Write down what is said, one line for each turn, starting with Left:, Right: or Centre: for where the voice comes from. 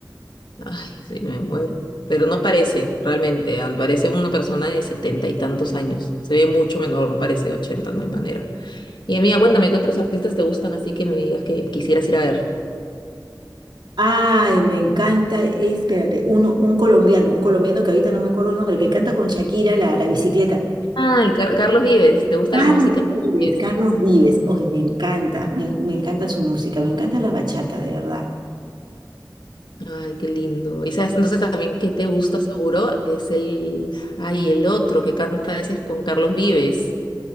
Left: Ay, sí, me muero. Pero no parece, realmente. and- Parece una persona de setenta y tantos años. Se ve mucho menor, no parece de ochenta, no hay manera. Y amiga, cuéntame, ¿qué otros artistas te gustan así que me digas que quisieras ir a ver?
Right: Ay, me encanta, espérate, uno, un colombiano, un colombiano que ahorita no me acuerdo el nombre, que canta con Shakira la, la bicicleta.
Left: Ah, el Car- Carlos Vives. ¿Te gusta
Right: Carlos
Left: las músicas? de Carlos
Right: Vives,
Left: Vives?
Right: Carlos Vives. Ay, me encanta, me, me encanta su música, me encanta la bachata, de verdad.
Left: Ay, qué lindo. Y sabes, entonces también que te gusta seguro es el, ay, el otro que canta a veces con Carlos Vives,